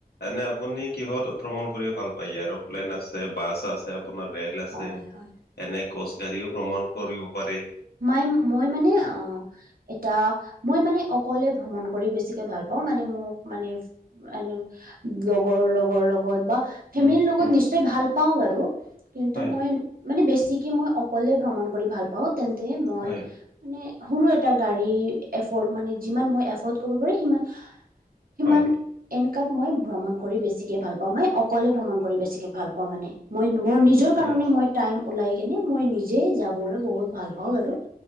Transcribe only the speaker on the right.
হয়
হয় হয়
মাই-মই মানে অ এটা মই মানে অকলে ভ্ৰমণ কৰি বেছিকে ভাল পাওঁ, মানে মোক মানে এনে লগৰ-লগৰ লগত বা ফেমিলিৰ
লগত
নিশ্চয় ভাল পাওঁ বাৰু, কিন্তু
মই মানে বেছিকে মই অকলে ভ্ৰমণ কৰি ভাল পাওঁ। তেন্তে মই
মানে সৰু এটা গাড়ী, এফৰ্ড মানে যিমান মই এফৰ্ড কৰিব পাৰি সিমান সিমান
এনকুৱাত, মই ভ্ৰমণ কৰি বেছিকে ভাল পাওঁ মই। অকলে ভ্ৰমণ কৰি বেছিকে ভাল পাওঁ মানে। মই মোৰ
নিজৰ কাৰণে
মই। টাইম ওলাই কিনে, মই নিজে যাবলৈ বহুত ভাল পাওঁ বাৰু।